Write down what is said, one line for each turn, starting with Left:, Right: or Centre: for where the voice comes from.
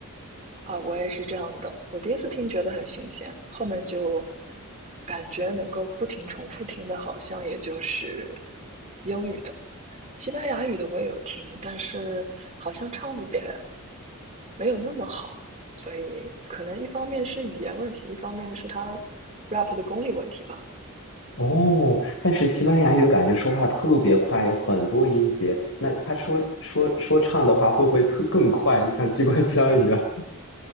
Right: 啊，我也是这样的。我第一次听觉得很新鲜，后面就感觉能够不停重复听的，好像也就是英语的、西班牙语的我也有听，但是好像唱的也没有那么好。所以可能一方面是语言问题，一方面是他 rap 的功力问题吧。
Left: 哦，但是西班牙语感觉说话特别快，有很多音节。那他说说说唱的话，会不会特更快，就像机关枪一样？